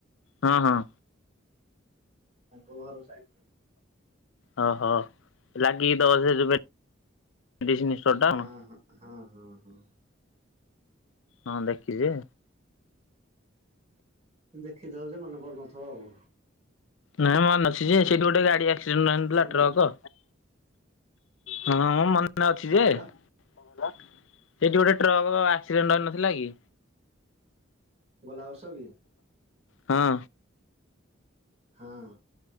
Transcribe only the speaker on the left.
ହଁ ହଁ।
ଓହୋ ଲାଗିକି ତ ସେ ଯୋ ମେଡିସିନ ଷ୍ଟୋର
ଟା?
ହଁ ଦେଖିଚି।
ନାଇଁ ମେ ଅଛି ଯେ ସେଇଠି ଗୋଟେ ଗାଡି ଆକ୍ସିଡେଣ୍ଟ ହେଇନଥିଲା
ଟ୍ରକ? ହଁ ମୁଁ ମନେେ ଅଛି
ଯେ
ସେଇଠି ଗୋଟେ ଟ୍ରକ ଆକ୍ସିଡେଣ୍ଟ ହେନଥିଲା କି?
ହଁ।